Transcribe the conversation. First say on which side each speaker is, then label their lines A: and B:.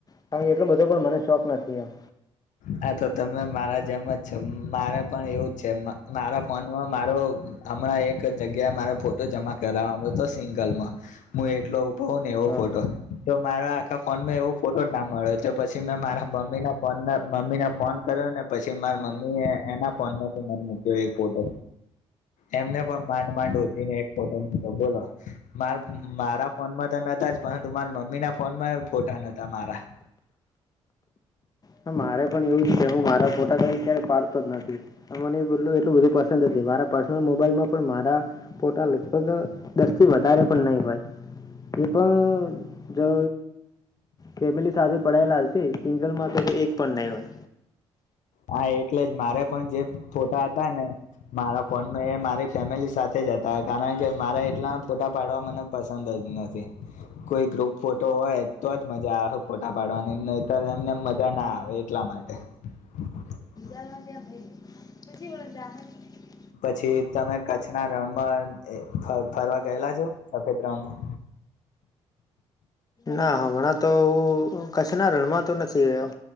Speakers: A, on the left (about 25°); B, on the left (about 55°).
A: કારણ કે એટલો બધો પણ મને શોખ નથી એમ
B: હા તો તમે મારા જેમ જ મારે પણ એવું જ છે મારા ફોનમાં મારો હમણાં એક જગ્યાએ મારે ફોટો જમા કરાવવાનો હતો સિંગલમાં હું એટલો પો ને એવો
A: હા
B: ફોટો તો મારા આખા ફોનમાં એવો ફોટો ના મળ્યો તો પછી મેં મારા મમ્મી ના ફોનને મમ્મી ને ફોન કર્યો ને પછી મારા મમ્મી એના ફોનમાંથીને મૂક્યો એક ફોટો એમને પણ માંડ માંડ ઉધી ને એક ફોટો મૂક્યો બોલો મા મારા ફોનમાં તો નતા જ પરંતુ મારા મમ્મી ના ફોનમાં ફોટા નતા મારા
A: હ મારે પણ એવું કે હું મારા ફોટા કંઈ ક્યારેય પાડતો જ નથી મને એ બલું એટલું બધું પસંદ નથી મારા પર્સનલ મોબાઈલમાં પણ મારા ફોટા લગભગ દસથી વધારે પણ નહીં હોય એ પણ જો ફેમિલી સાથે પડાયેલા છે સિંગલમા તો એક પણ નહીં હોય.
B: હા એટલે જ મારે પણ જે ફોટા હતા ને મારા ફોન એ મારી ફેમિલી સાથે જ હતા કારણ કે મારા એટલા ફોટા પાડવા મને પસંદ જ નથી કોઈ ગ્રુપ ફોટો હોય તો જ મજા આવે ફોટા પાડવાની નહિતોર એમને મજા ના આવે એટલા માટે <inaudible>
A: <unintelligible>
B: પછી તમે કચ્છના રણમાં ફરવા ગયેલા છો સફેદ રણમાં
A: ના હમણાં તો કચ્છના રણમાં તો નથી રહ્યો